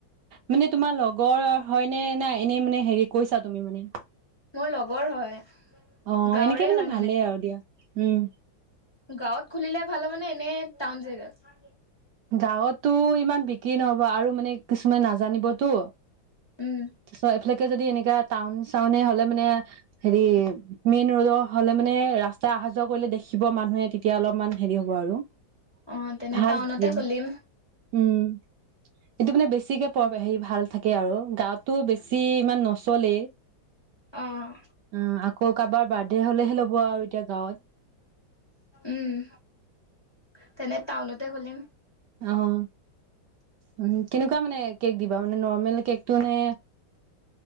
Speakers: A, on the right; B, on the left.
A: মানে তোমাৰ লগৰ হয়নে না এনেই মানে হেৰি কৈছা তুমি মানে
B: মোৰ লগৰ হয়
A: অহ
B: গাঁৱৰে
A: এনেকে
B: হয়
A: মানে ভালেই আৰু দিয়া উম
B: গাঁৱত খুলিলে ভাল হ'বনে এনে টাউন জেগাত
A: গাঁৱতো ইমান বিক্ৰী নহব আৰু মানে কিছুমান নাজানিবতো
B: উম
A: চ এফালে যদি এনেকা টাউন চাউনে হলে মানে হেৰি মেইন ৰড হলে মানে ৰাস্তা আহা যোৱা কৰিলে দেখিব মানুহে তেতিয়া অলপমান হেৰি হ'ব আৰু
B: অ তেনে
A: ভাল
B: টাউনতে
A: তেতিয়া
B: খুলিম
A: উম এইটো মানে বেছিকে প হেৰি ভাল থাকে আৰু গাঁৱতো বেছি ইমান নচ চলে
B: অ
A: উম আকৌ কাৰোবাৰ বাৰ্থডে হলেহে ল'ব আৰু এতিয়া গাঁৱত
B: উম তেনে টাউনতে খুলিম
A: অহ উম কেনেকুৱা মানে কেক দিবা মানে নৰ্মেল কেকটো নে